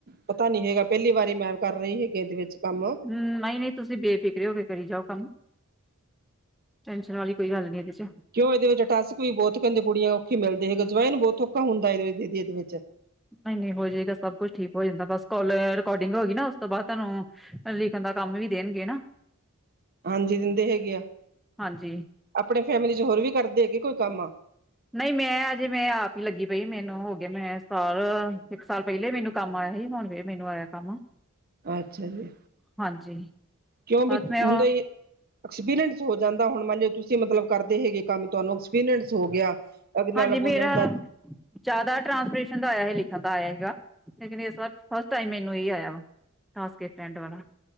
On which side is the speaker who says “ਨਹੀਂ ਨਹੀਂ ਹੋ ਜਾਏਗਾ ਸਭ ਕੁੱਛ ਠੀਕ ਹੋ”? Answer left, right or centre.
Centre